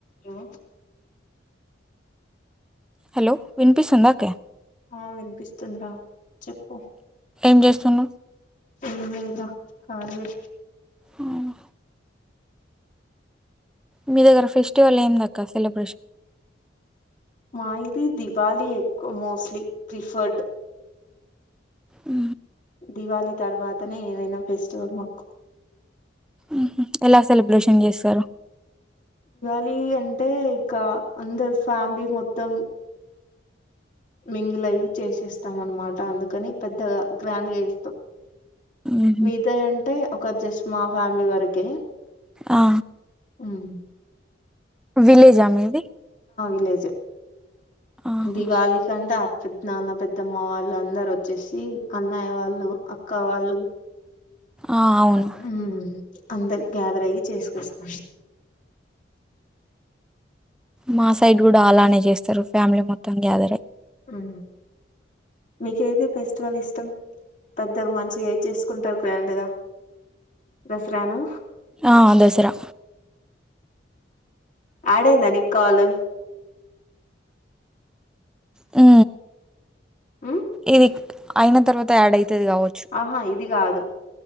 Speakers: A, on the left; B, in the centre.
A: Hello
B: hello వినిపిస్తుందా క్యా
A: ఆ వినిపిస్తుంద్రా చెప్పు
B: ఏం చేస్తున్నావ్
A: ఏం లేదు రా కాళీయే
B: అవునా మీ దగ్గర ఫెస్టివల్ ఏంది అక్క కసల ప్రశ్న
A: మా ఇది దివాళి ఎక్కువ మోస్ట్లీ ప్రిఫర్డ్
B: ఉ
A: దివాళి తర్వాతనే ఏదైనా ఫెస్టివల్ మాకు
B: ఉహూ ఎలా సెలబ్రేషన్ చేస్తారు
A: ఈద్ అంటే ఇక అందరు ఫ్యామిలీ మొత్తం మింగిలియి చేసేస్తాం అనమాట అందుకని పెద్దగా గ్రాండ్ గా ఇస్తాం
B: ఉహు
A: మిగతావి అంటే ఒక జస్ట్ మా ఫ్యామిలీ వరకే
B: ఆ
A: ఉమ్
B: విలేజ్ ఆ మీది
A: విలేజ్
B: ఆహా
A: దివాళి కంటే పెద్ద నాన్న పెద్దమ్మ వాళ్ళు అందరు వచ్చేసి అన్నయ్య వాళ్ళు అక్క వాళ్ళు
B: ఆ అవును
A: హు అందరు గ్యాదర్ అయ్యి చేసుకస్తం
B: మా సైడ్ కూడా అలానే చేస్తారు ఫ్యామిలీ మొత్తం గ్యాదర్ అయి
A: హు మీకు ఏది ఫెస్టివల్ ఇష్టం పెద్దగా మంచిగా ఏది చేసుకుంటారు గ్రాండ్ గా దసరానా
B: ఆ దసరా
A: యాదైంద నీకు కాల్
B: హు
A: ఉమ్
B: ఏది అయిన తర్వాత యాడ్ అయి తది కావచ్చు
A: ఆహా ఇది కాదు